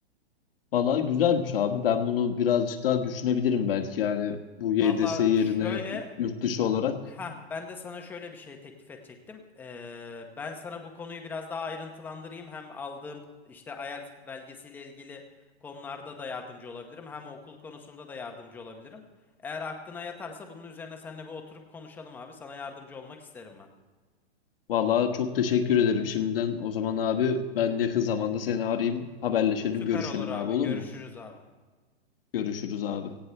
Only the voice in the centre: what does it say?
Valla
şöyle
Ha, ben de sana şöyle bir şey teklif edecektim. Ee, ben sana bu konuyu biraz daha ayrıntılandırayım. Hem aldığım işte IELTS belgesiyle ilgili konularda da yardımcı olabilirim. Hem okul konusunda da yardımcı olabilirim. Eğer aklına yatarsa bunun üzerine seninle bir oturup konuşalım abi. Sana yardımcı olmak isterim ben.
Süper
olur abi.
Görüşürüz
abi.